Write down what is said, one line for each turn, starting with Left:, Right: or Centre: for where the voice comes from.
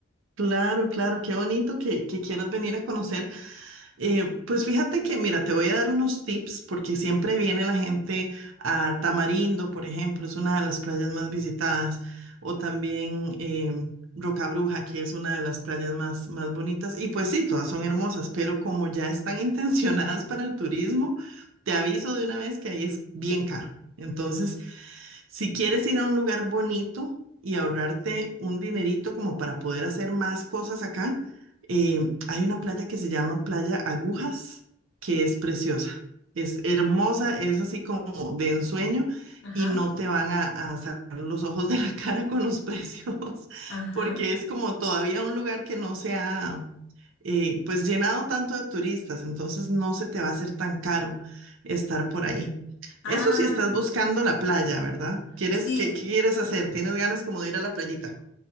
Right: Claro, claro, qué bonito que, que quieras venir a conocer. Eh, pues fíjate que, mira, te voy a dar unos tips porque siempre viene la gente a Tamarindo, por ejemplo, es una de las playas más visitadas, o también em, Roca Bruja, que es una de las playas más, más bonitas. Y pues sí, todas son hermosas, pero como ya están <laughs> intencionadas para el turismo, te aviso de una vez que ahí es bien caro. Entonces, Si quieres ir a un lugar bonito y ahorrarte un dinerito como para poder hacer más cosas acá, eh, hay una playa que se llama Playa Agujas, que es preciosa. Es hermosa, es así como de ensueño
Left: Ajá,
Right: y no te van a, a sacar los ojos de la <laughs> cara con los precios, <laughs>
Left: ajá.
Right: porque es como todavía un lugar que no se ha eh, pues llenado tanto de turistas, entonces no se te va a hacer tan caro estar por ahí.
Left: Ah,
Right: Eso si estás buscando la playa, ¿verdad? ¿Quieres,
Left: sí.
Right: qué, qué quieres hacer? ¿Tienes ganas como de ir a la playita?